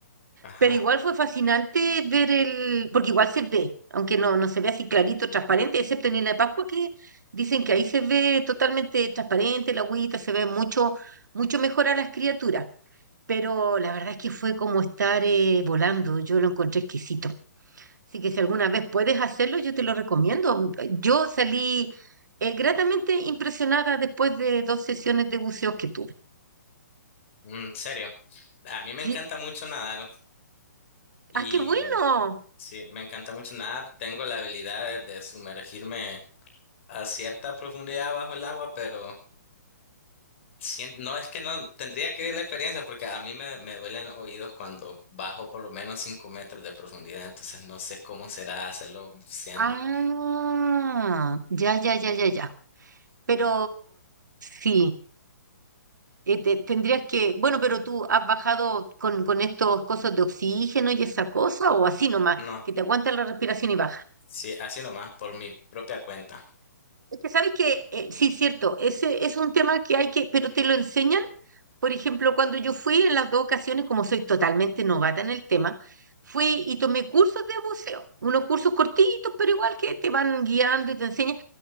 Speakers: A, on the left; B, on the right.
A: ajá,
B: pero igual fue fascinante ver el, porque igual se ve, aunque no, no se ve así clarito, transparente, excepto en Isla de Pascua que dicen que ahí se ve totalmente transparente la agüita, se ve mucho, mucho mejor a las criaturas. Pero la verdad es que fue como estar eh, volando, yo lo encontré exquisito. Así que si alguna vez puedes hacerlo, yo te lo recomiendo. Yo salí eh, gratamente impresionada después de dos sesiones de buceo que tuve.
A: Mm, en serio. A mí me
B: Sí.
A: encanta mucho nadar y
B: ¡Ah, qué bueno!
A: sí, me encanta mucho nadar. Tengo la habilidad de de sumergirme a cierta profundidad bajo el agua, pero... sien- no es que no, tendría que ver la experiencia porque a mí me, me duelen los oídos cuando bajo por lo menos 5 metros de profundidad, entonces no sé cómo será hacerlo buceando.
B: Ah, ya, ya, ya, ya, ya. Pero sí, eh, te- tendrías que, bueno, pero tú has bajado con, con estos cosas de oxígeno y esa cosa, o así nomás,
A: No,
B: que te aguanta la respiración y baja.
A: sí, así nomás, por mi propia cuenta,
B: Es que sabes que, eh, sí, cierto, ese es un tema que hay que, pero te lo enseñan Por ejemplo, cuando yo fui en las dos ocasiones, como soy totalmente novata en el tema, fui y tomé cursos de buceo, unos cursos cortitos, pero igual que te van guiando y te enseñan,